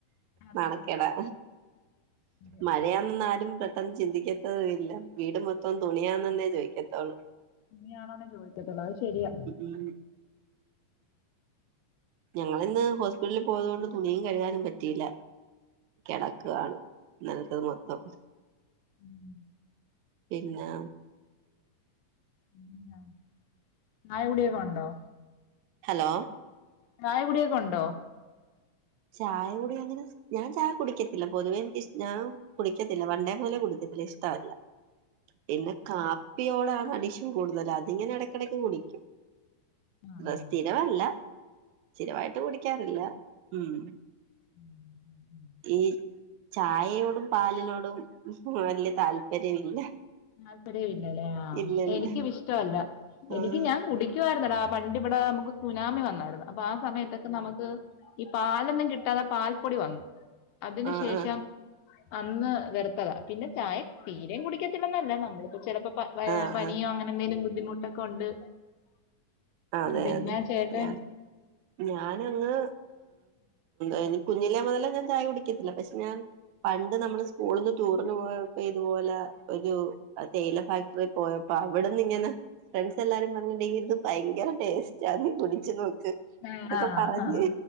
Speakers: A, on the left; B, on the right.
A: അതെ
B: നണ
A: അതെ
B: കേടാ
A: അതെ
B: മഴയാെന്നാലും പെട്ടെന്ന് ചിന്തിക്ക ഇല്ല വീട് മൊത്തം തുണിയാന്നന്നേ ചോദിക്കാത്തള്ളൂ
A: തുണിയാണോന്നൻ ചോദിക്കത്തുള്ളത് അത് ശരിയാ
B: ഉം ഞങ്ങള ഇന്ന് ഹോസ്പിറ്റലിൽ പോയത കൊണ്ട് തുണിയും കഴുകാനും പറ്റിയില്ല കിടക്കാവണ് ഇന്നല്ലത്തത് മൊത്തം
A: ഉം
B: പിന്നെ
A: ഉ ചായ കുടിയൊക്കെ ഉണ്ടോ
B: ഹലോ
A: ചായ കുടിയൊക്കെ ഉണ്ടോ
B: ചായ കുടി അങ്ങനെ ഞാൻ ചായ കുടിക്കത്തില്ല പൊതുവേ എനക്ക് ഇഷ്ട കുടിക്കത്തില്ല പണ്ടേ മൂല കുടിക്കത്തില്ല ഇഷ്ടമല്ല പിന്നെ കാപ്പിയോടാണ് അടിശൻ കൂടുതൽ അതിങ്ങനെ ഇടക്കിടക്ക് കുടിക്കും
A: ആ ആ
B: അത് സ്ഥിരമല്ല സ്ഥിരമായിട്ട് കുടിക്കാറില്ല ഉം
A: ഉം ഉം ഉം
B: ഈ ചായയോടും പാലിനോടും വല്യ താല്പര്യമില്ല
A: താല്പര്യ ഇല്ലല്ലേ ആഹ്
B: ഇല്ലല്ല
A: എനിക്കും ഇഷ്ടമല്ല
B: ആ
A: എനിക്ക് ഞാൻ കുടി ക്കുരുന്നല്ലോ ആഹ് പണ്ടിവിടെ നമുക്ക് സുനാമി വന്നായിരുന്നു അപ്പൊ ആ സമയത്തൊക്കെ നമുക്ക് ഈ പാലൊന്നും കിട്ടാതെ പാൽപ്പൊടി വന്നു അതിന്
B: ആ
A: ശേഷം
B: ആ
A: അന്ന് വെർത്തതാ പിന്നെ ചായ തീരം കുടിക്കത്തില്ലന്നല്ല നമ്മളിപ്പോ ചിലപ്പോ
B: ആ
A: പനിയോ
B: ആ
A: അങ്ങനെ എന്തെങ്കിലും ബുദ്ധിമുട്ടൊക്കെ ഉണ്ട്
B: അതെ
A: പിന്നെ
B: അതെ
A: ആചേട്ടൻ
B: ഞാൻ ഞാനങ്ങ് എ കുഞ്ഞിലെ മുതലേ ഞാൻ ചായ കുടിക്കത്തില്ല പക്ഷെ ഞാൻ പണ്ട് നമ്മള് സ്കൂളിന്ന് ടൂറിന് പോയപ്പോ ഇതുപോലെ ഒരു തേയില ഫാക്ടറിൽ പോയപ്പോ അവിടെന്ന് ഇങ്ങനെ ഫ്രണ്ട്സ് എല്ലാരും പറഞ്ഞിട്ടണ്ടെങ്കിലും ഭയങ്കര ടേസ്റ്റ ആഹ് നീ കുടിച്ചു നോക്ക്
A: ആഹ്
B: അതൊക്കെ
A: ആഹ്
B: പറഞ്ഞ്